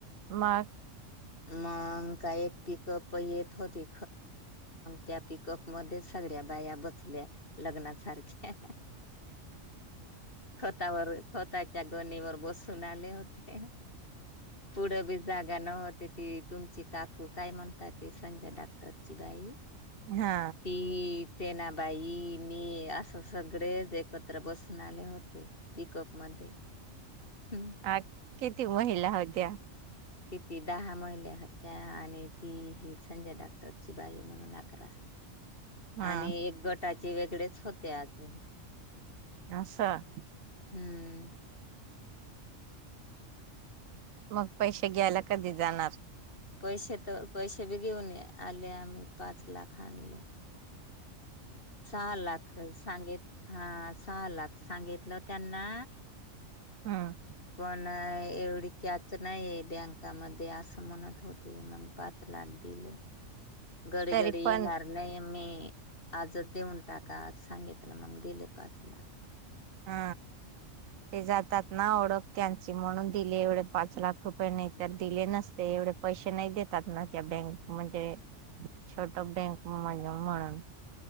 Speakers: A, on the right; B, on the left.
A: मग
B: मग काय एक पिकप येत होते त्या पिकप मध्येच सगळ्या पाया बसल्या लग्नासारखे स्वतःवर स्वतःच्या गोणीवर बसून आले होते. पुढं बी जागा न होत ती तुमची काकू काय म्हणतात ते संघ्या डाक्टरची बाई
A: हा
B: ती सेनाबाई मी असं सगळेच एकत्र बसून आले होते पिकअप मध्ये. हम्म.
A: आ किती महिला होत्या?
B: किती दहा महिल्या होत्या आणि तीही संजय डाक्टरची बाई म्हणून अकरा
A: हा
B: आणि एक गटाचे वेगळेच होते अजून
A: हा असं
B: हम्म. हम् <unintelligible>
A: मग पैसे घ्यायला कधी जाणार?
B: पैसे तर पैसे बी घेऊन या आले आम्ही पाच लाख आणले. सहा लाख सांगितले हा सहा लाख सांगितलं त्यांना.
A: हा.
B: नाही एवढी कॅच नाहीय बँकामध्ये असं म्हणत होते, मग पाच लाख दिले. गडी
A: तरी
B: गडी येणार
A: पण
B: नाही मी. आजच देऊन टाका सांगितलं मग दिले पाच लाख.
A: हा ते जातात ना ओळख त्यांची म्हणून दिले एवढे पाच लाख रुपये. नाही तर दिले नसते एवढे पैसे नाही देतात ना त्या बँक म्हणजे छोट बँक म्हण म्हणून.